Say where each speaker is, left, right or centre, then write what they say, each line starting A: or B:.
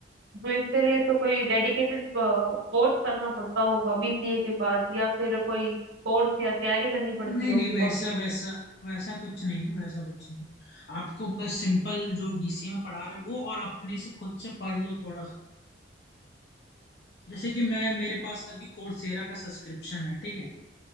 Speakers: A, on the right; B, on the left.
A: तो इसके लिए तो कोई डेडिकेटेड कोर्स करना पड़ता होगा बीसीए के बाद या फिर कोई कोर्स या तैयारी करनी पड़ती
B: नहीं
A: होगी
B: नहीं वैसा
A: कोचिंग
B: वैसा वैसा कुछ नहीं वैसा कुछ नहीं आपको बस सिंपल जो बीसीए में पढ़ा रहे हैं वो और अपने से खुद से पढ़ लो थोड़ा सा जैसे कि मैं मेरे पास अभी कोर्सेरा का सब्सक्रिप्शन है ठीक है